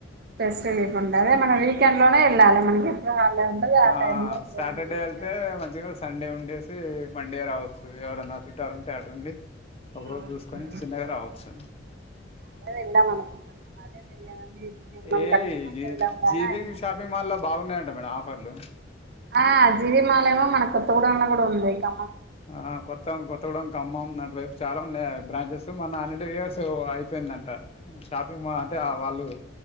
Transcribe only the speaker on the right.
ఫెస్ట్ వీక్ ఉండదు మనం వీకెండ్ లోనే వెళ్ళాలి మనకి ఎప్పుడు హాలిడే ఉండదు
టైమ్ లో ఒక
రోజు ముందు వెళ్తే
అవునండి
అదే వెళ్ళాం అనుకుంటున్నాం అదే మిమ్మల్ని
కనుకున్నాక
వెళ్దాంలే
అని ఆగినం
ఆ అ జీవిమాలేమో మనకు తోడాన్ లో కూడా ఉంది ఇక